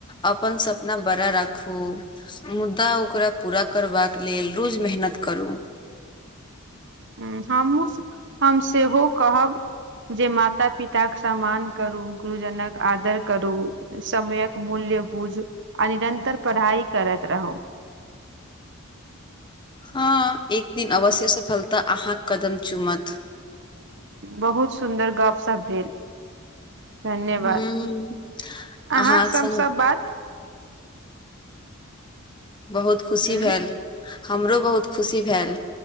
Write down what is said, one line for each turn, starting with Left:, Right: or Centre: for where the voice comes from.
Left: अपन सपना बड़ा राखू मुद्दा ओकरा पूरा करबाक लेल रोज मेहनत करू
Right: ह हमूँ हम सेहो कहब जे माता पिता के सम्मान करू गुरुजनक आदर करू समयक मूल्य बुझ आ निरन्तर पढ़ाइ करैत रहू
Left: हँ एक दिन अवश्य सफलता अहाँके कदम चुमत
Right: बहुत सुन्दर गप सप भेल धन्यवाद
Left: हूँ
Right: अहाँके
Left: अहाँक
Right: सब
Left: संग
Right: सभ बात
Left: बहुत खुशी
Right: ह
Left: भेल हमरो बहुत खुशी भेल